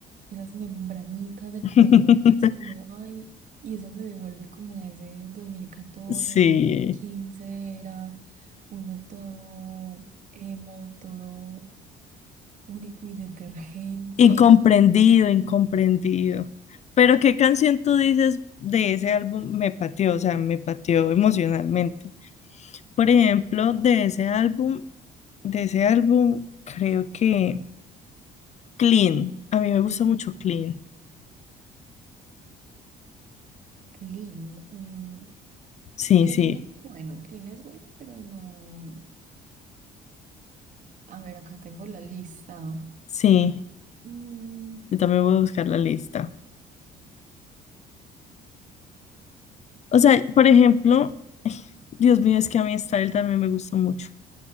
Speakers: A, on the right; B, on the left.
A: esas membranitas del
B: <laughs>
A: corazón. y uno Es como, ay, y eso me devuelve como a ese dos mil catorce,
B: Sí,
A: dos mil quince era uno todo emo, todo único y detergente,
B: incomprendido,
A: ¿no?
B: incomprendido. Pero ¿qué canción tú dices de ese álbum me pateó? O sea, me pateó emocionalmente. Por ejemplo, de ese álbum, de ese álbum, creo que Clean. A mí me gusta mucho Clean.
A: Qué lindo. Mm,
B: Sí,
A: Clean
B: sí,
A: es bueno, Clean es bueno, pero no. A ver, acá tengo la lista.
B: sí.
A: Mm,
B: Yo también voy a buscar la lista. O sea, por ejemplo, Dios mío, es que a mí Style también me gusta mucho.